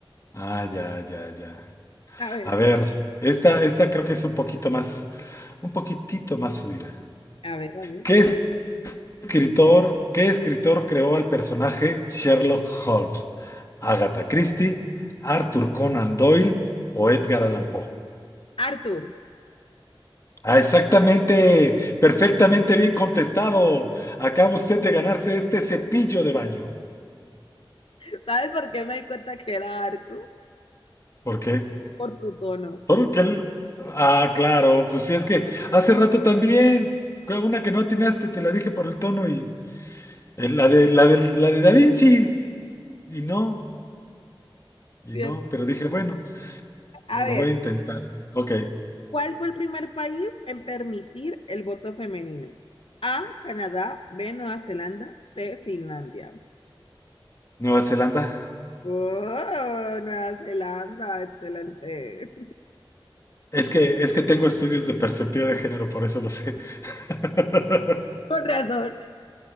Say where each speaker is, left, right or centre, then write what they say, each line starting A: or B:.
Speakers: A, on the left (about 35°); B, on the left (about 75°).
A: Ah, ya, ya, ya.
B: A ver,
A: A ver, esta, esta creo que es un poquito más, un poquitito más subida.
B: a ver, a ver.
A: ¿Qué escritor, qué escritor creó al personaje Sherlock Holmes? ¿Agatha Christie, Arthur Conan Doyle o Edgar Allan Poe?
B: Arthur,
A: Ah, exactamente, perfectamente bien contestado. Acaba usted de ganarse este cepillo de baño.
B: ¿sabes por qué me di cuenta que era Arthur?
A: ¿Por qué?
B: Por tu tono,
A: Porque el... Ah, claro, pues si es que hace rato también, fue una que no atinaste, te la dije por el tono y eh, la de, la de, la de Da Vinci. Y no, y
B: ¿cierto?
A: no, pero dije, bueno,
B: A
A: lo
B: ver,
A: voy a intentar. Ok,
B: ¿cuál fue el primer país en permitir el voto femenino? A, Canadá, B, Nueva Zelanda, C, Finlandia.
A: Nueva Zelanda.
B: Oh, Nueva Zelanda, excelente.
A: Es que, es que tengo estudios de perspectiva de género, por eso lo sé. <laughs>
B: <laughs> Con razón,